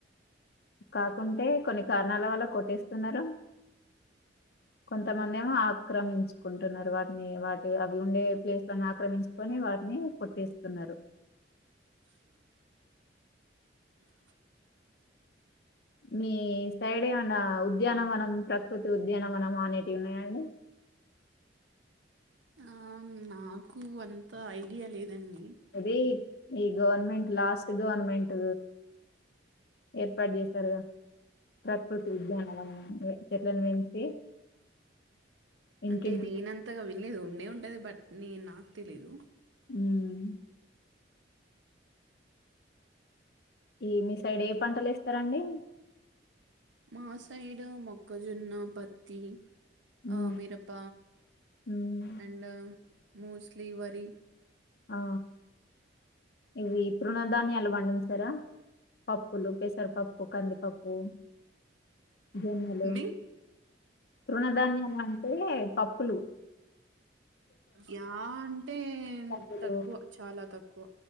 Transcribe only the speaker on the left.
కాకుంటే కొన్ని కారణాల వల్ల కొట్టేస్తున్నారు కొంతమంది ఏమో ఆక్రమించుకుంటున్నారు వాటిని వాటి అవి ఉండే ప్లేస్ లో ఆక్రమించుకొని వాటిని కొట్టేస్తున్నారు
మీ సైడ్ ఏమన్న ఉ ఉద్యానం వనం ప్రకృతి ఉద్యానం వనం అనేటియి ఉన్నాయ అండీ
ఇది ఈ గవర్నమెంట్ లాస్ట్ గవర్నమెంట్ ఏర్పాటు చేసారు కథ ప్రకృతి ఉద్యాన వనం అని <unintelligible> ఇంటింటికి
ఉమ్ ఈ మీ సైడ్ ఏ పంటలు ఎస్తరండి
ఉమ్
ఉమ్
ఆ ఇవి తృణధాన్యాలు పండించారా పప్పులు పెసరపప్పు కందిపప్పు జొన్నలు
త్రుణధాన్యలు అంటే పప్పు ప్పులు
కందులు